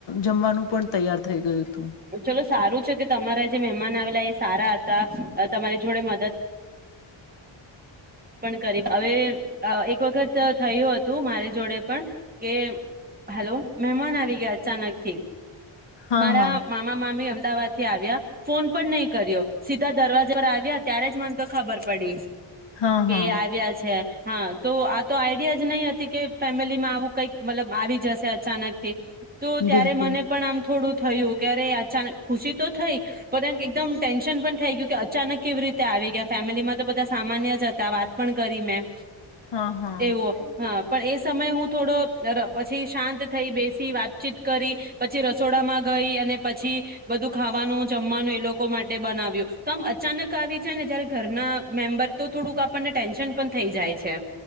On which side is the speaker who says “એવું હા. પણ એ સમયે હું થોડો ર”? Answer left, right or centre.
Right